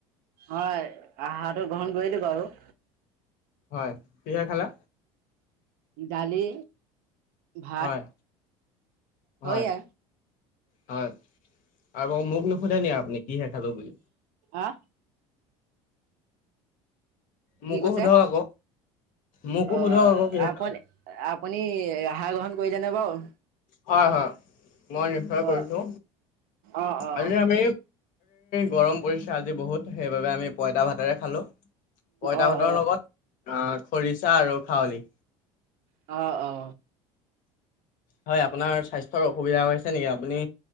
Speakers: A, on the right; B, on the left.
A: হয় আহাৰটো গ্ৰহণ কৰিলো আৰু
B: হয় কিহে খালা
A: দালি ভাত
B: হয়,
A: হয়য়া
B: হয় হয় আকৌ মোক নোখোধে নেকি আপুনি কিহে খালো বুলি
A: আহ
B: মোকো
A: কি কৈছে
B: সোধক আকৌ, মোকো
A: অ
B: সোধক আকৌ কিহে
A: আপন
B: খালে?
A: আপুনি আহাৰ গ্ৰহণ কৰিলেনে বাৰু
B: হয় হয় মই নিশ্চয়
A: অ',
B: কৰিছো
A: অ', অ',
B: আজি আমি গৰম পৰিছে আজি বহুত সেইবাবে আমি পইতা ভাতেৰে খালো পইতা
A: অ',
B: ভাতৰ লগত অ খৰিচা আৰু খাৱলি
A: অ অ
B: হয় আপোনাৰ স্বাস্থ্যৰ অসুবিধা হৈছে নেকি আপুনি